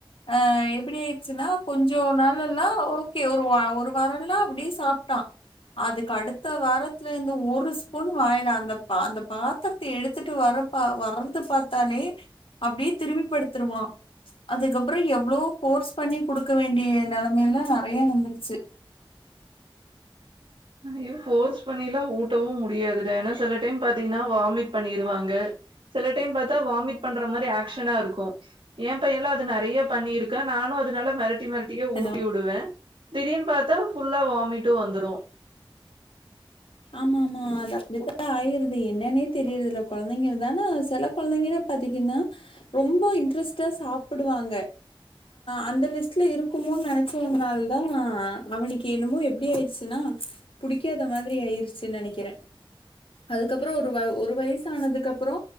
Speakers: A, on the left; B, on the right.
A: அ எப்டி ஆயிடுச்சுன்னா கொஞ்சோ நாளலலா ஓகே ஒரு ஒரு வரல்லா அப்டியே சாப்ட்டா அதுக்கு அடுத்த வாரத்துலருந்து ஒரு ஸ்பூன் வாயில அந்த அந்த பாத்தர்த்த எடுத்துட்டு வர நா வறந்து பாத்தாலே அப்டியே திரும்பி படுத்துருவா அதுக்கப்புறோ எவ்ளோ ஃபோர்ஸ் பண்ணி குடுக்க வேண்டிய நெலமையெல்லா நறைய வந்துருச்சு
B: ஐயோ ஃபோர்ஸ் பண்ணிலா ஊட்டவும் முடியாதுடா ஏனா செல டைம் பாத்தீங்கன்னா வாமிட் பண்ணிருவாங்க செல டைம் பாத்தா வாமிட் பண்ற மாரி ஆக்க்ஷனா இருக்கூ என் பையன்ல்லா அது நெறைய பண்ணியிருக்கா நானு அதுனால மெரட்டி மெரட்டி டியே
A: ஹலோ
B: ஊட்டி வுடுவ திடீர்ன் பாத்தா ஃபுல்லா வாமிட்டு வந்துரு
A: <inaudible> ஆமா ஆமா அது அப்டித்தா ஆயிருது என்னனே தெரியருது இல்ல கொழந்தைங்ள்தான செல கொழந்தைங்கன்னா பாத்திங்கன்னா ரொம்ப இன்ட்ரெஸ்டா சாப்புடுவாங்க அந்த அ லிஸ்ட்ல இரு க்குமோன் நெனச்சதுனாலதா அவனுக்கு என்னமோ எப்டி ஆயிடுச்சுன்னா புடிக்காத மாதிரி ஆயிருச்சுன் நெனைக்கிற அதுக்கப்புறொ ஒரு வ ஒரு வயசு ஆனதுக்கு அப்புறொ